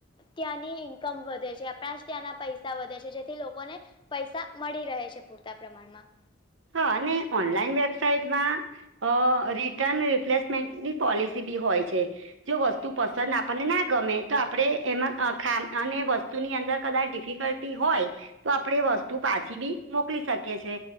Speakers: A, on the left; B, on the right.
A: ત્યાંની ઈન્કમ વધે છે આપણા જ ત્યાંના પૈસા વધે છે જેથી લોકોને... પૈસા મળી રહે છે પૂરતા પ્રમાણમાં...
B: અને ઓનલાઈન વેબસાાઈટમાં અ રિટર્ન રિપ્લેસ... મેન્ટની પોલિસી બી હોય છે. જો વસ્તુ પસંદ આપણને ના ગમે તો આપણેે એમાં ખા અને વસ.... વસ્તુની અંદર કદાચ ડિફિકલ્ટી હોય તો આપડે એ વસ્તુ પાછી બી મોકલી શકીએ છે.